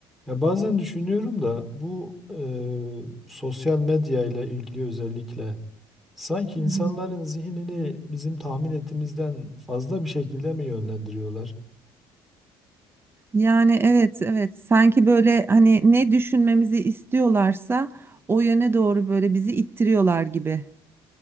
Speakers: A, in the centre; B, on the right.
A: Ya bazen düşünüyorum da bu e, sosyal medya ile ilgili özellikle sanki insanların
B: Hı hı.
A: zihnini bizim tahmin ettiğimizden fazla bir şekilde mi yönlendiriyorlar?
B: Yani evet evet sanki böyle hani ne düşünmemizi istiyorlarsa o yöne doğru böyle bizi ittiriyorlar gibi.